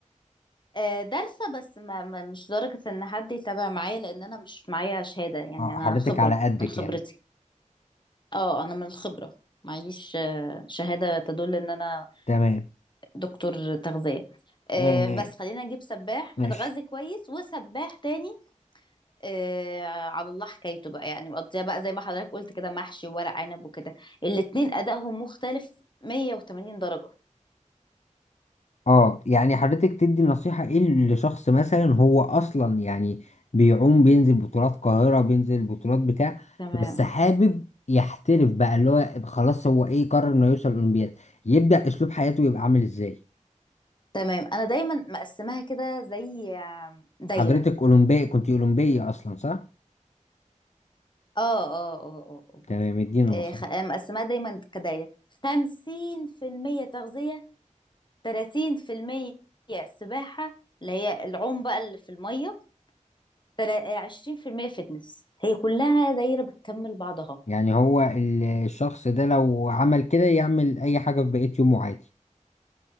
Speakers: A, on the left; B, on the left.
A: آه، دارسة بس ما ما- مش درجة ان حد يتابع معايا لان انا مش معايا شهادة يعني
B: آه،
A: انا
B: حضرتك
A: خبرة
B: على قدك
A: من خبرتي
B: يعني
A: اه انا من الخبرة معيش آه، شهادة تدل ان انا
B: تمام
A: دكتور تغذية آه،
B: آه
A: بس خلينا نجيب سباح
B: ماشي
A: متغذي كويس وسباح تاني آه، على الله حكايته بقى يعني مقضيها بقى زي ما حضرتك قلت كده محشي وورق عنب وكده الاتنين ادائهم مختلف 180 درجة
B: اه يعني حضرتك تدي نصيحة ايه لشخص مثلا هو اصلا يعني بيعوم بينزل بطولات قاهرة بينزل بطولات بتاع
A: تمام
B: بس حابب يحترف بقى اللي هو خلاص هو ايه قرر انه يوصل اولمبياد يبدأ اسلوب حياته يبقى عامل ازاي
A: تمام انا دايما مقسماها كده زي آم، دايره
B: حضرتك اولمبي كنت اولمبية اصلا صح
A: اه اه اه اه آه.
B: تمام ادينا نصيحة
A: إيه، خ- آه، مقسماها دايما كدايره خمسين في المية تغذيه تلاتين في المية سباحه اللي هي العوم بقى اللي في الميه تلا- آه، عشرين في المية فتنس هي كلها دايره بتكمل بعضها
B: يعني هو ال- الشخص ده لو عمل كده يعمل اي حاجة في بقية يومه عادي